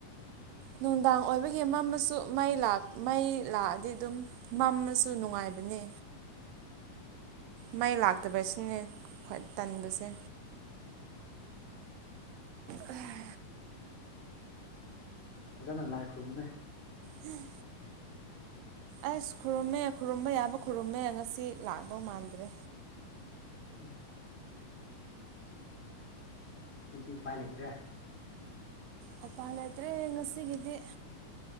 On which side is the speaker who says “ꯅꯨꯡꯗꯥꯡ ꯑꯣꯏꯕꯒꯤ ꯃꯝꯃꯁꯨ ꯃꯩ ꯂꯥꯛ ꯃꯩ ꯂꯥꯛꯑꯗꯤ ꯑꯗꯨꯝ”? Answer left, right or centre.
Right